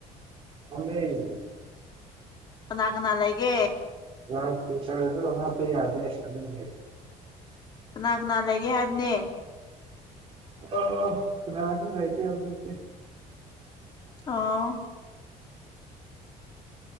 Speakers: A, on the right; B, on the left.
A: ꯊꯝꯃꯦ
B: ꯀꯅꯥ ꯀꯅꯥ ꯂꯩꯒꯦ
A: <unintelligible> ꯍꯥꯞꯄ ꯑꯗꯨꯒꯤ
B: ꯀꯅꯥ ꯀꯅꯥ ꯂꯩꯒꯦ ꯍꯥꯏꯕꯅꯦ
A: ꯑꯥ ꯀꯥꯅꯁꯨ ꯂꯩꯇꯦ ꯍꯧꯖꯤꯛꯇꯤ
B: ꯑꯥ